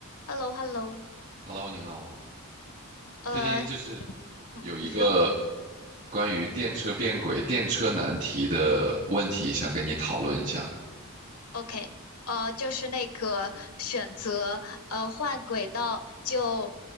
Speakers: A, on the left; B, on the right.
A: h e l l o h e l l o
B: Hello，你好。
A: 呃，
B: 最近就是
A: 嗯，
B: 有一个
A: 你说
B: 关于电车变轨、电车难题的问题，想跟你讨论一下。
A: ，OK，呃，就是那个选择，呃，换轨道就，